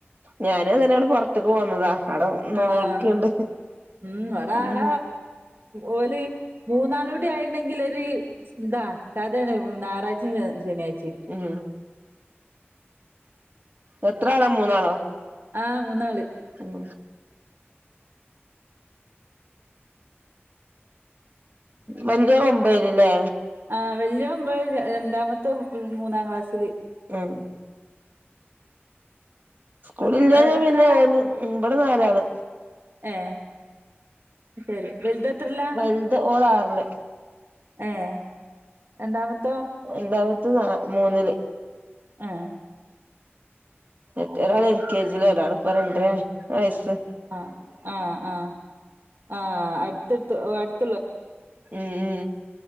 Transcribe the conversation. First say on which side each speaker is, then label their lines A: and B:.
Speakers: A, on the right; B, on the right.
A: ഞാന് അങ്ങനെയാണ് പുറതേക്ക് പോന്നതാ അവിടെ നൊളോളിക്ക്ണ്ട്
B: ആഹ ഉം വട
A: ഉം
B: ആട ഓല് മൂന്നാളൂടി ആയിണ്ടെങ്കിൽ ഒരു ന്താ കഥയാണ് ഞായറാഴ്ച ശനിയാഴ്ച
A: ഉം എത്ര ആളാ മൂന്നാളോ
B: ആഹ് മൂന്നാള്ല്
A: ഉം മഞ്ച മുമ്പൈലില്ലേ
B: ആ വലിയോമ്പ രണ്ടാമത്തോ മൂന്നാം ക്ലാസ്സില്
A: മ്മ് സ്കൂഇില്ലഞ്ഞാ
B: ഏടെത്രാളാ
A: പിന്നെ ഓന് ഇവിടെ നാലാള്
B: ഏ ശരി വലുതെത്രേലാ
A: വലുത ഓളാറില്
B: ഏ രണ്ടാമത്
A: രണ്ടാമത്തെ ന മൂന്നില്
B: ആ
A: എറ്റ എറള എൽ കേ ജില എരളിപ്പ രണ്ടര വയസ്
B: ആ ആഹ് ആ ആ അടുത്തടുത്തടു
A: ഉം ഉം